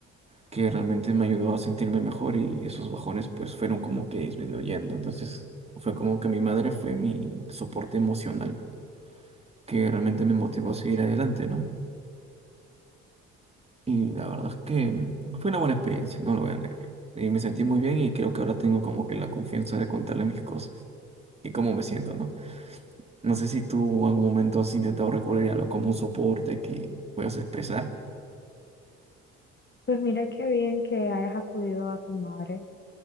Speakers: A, on the right; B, on the left.
A: que realmente me ayudó a sentirme mejor y esos bajones pues fueron como que disminuyendo. Entonces fue como que mi madre fue mi soporte emocional, que realmente me motivó a seguir adelante, ¿no? Y la verdad es que fue una buena experiencia, no lo voy a negar. Y me sentí muy bien y creo que ahora tengo como que la confianza de contarle mis cosas y cómo me siento, ¿no? No sé si tú en algún momento has intentado recurrir a algo como un soporte que puedas expresar.
B: Pues mira qué bien que hayas acudido a tu madre,